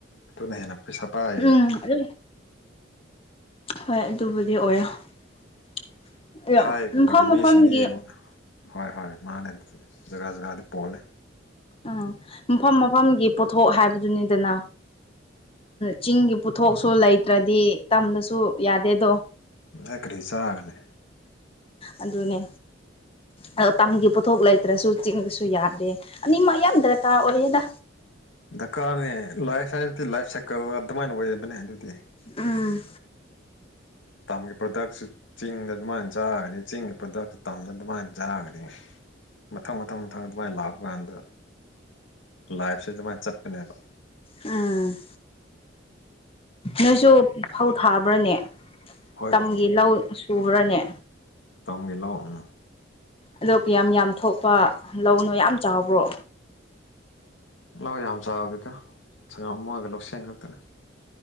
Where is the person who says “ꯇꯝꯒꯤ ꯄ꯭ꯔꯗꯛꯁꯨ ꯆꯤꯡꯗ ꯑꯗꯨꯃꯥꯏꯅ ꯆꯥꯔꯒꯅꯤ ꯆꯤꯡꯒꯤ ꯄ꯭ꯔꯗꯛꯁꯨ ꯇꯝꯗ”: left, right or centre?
Left